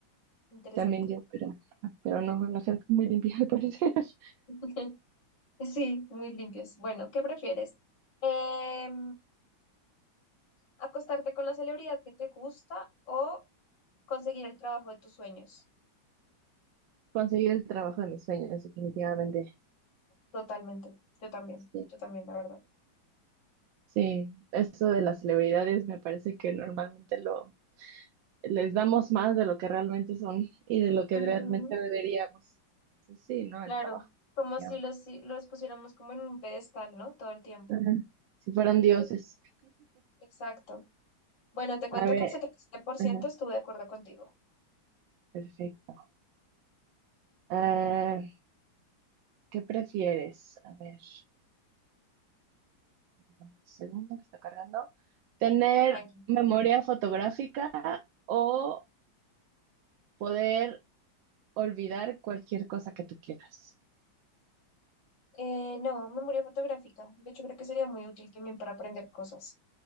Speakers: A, on the left (about 60°); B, on the right (about 75°).
A: Interesante.
B: También yo, pero, pero no, la gente muy limpia al parecer. <laughs>
A: <laughs> Sí, muy limpios. Bueno, ¿qué prefieres? Em, ¿acostarte con la celebridad que te gusta o conseguir el trabajo de tus sueños?
B: Conseguir el trabajo de mis sueños, definitivamente.
A: Totalmente. Yo también.
B: Sí,
A: Yo también, la verdad.
B: sí, eso de las celebridades me parece que normalmente lo les damos más de lo que realmente son y de lo que
A: Ujú,
B: realmente deberíamos. Entonces, sí, ¿no?
A: claro.
B: El trabajo,
A: Como
B: digamos.
A: si los, si los pusiéramos como en un pedestal, ¿no? Todo el tiempo.
B: Ajá. Si fueran dioses.
A: Sí, exacto. Bueno, te cuento
B: A ver,
A: que el setenta y siete por ciento
B: ajá,
A: estuve de acuerdo contigo.
B: perfecto. Ah, ¿qué prefieres? A ver, un segundo que está cargando. ¿Tener
A: Tranqui.
B: memoria fotográfica o poder olvidar cualquier cosa que tú quieras?
A: Eh, no, memoria fotográfica. De hecho, creo que sería muy útil también para aprender cosas.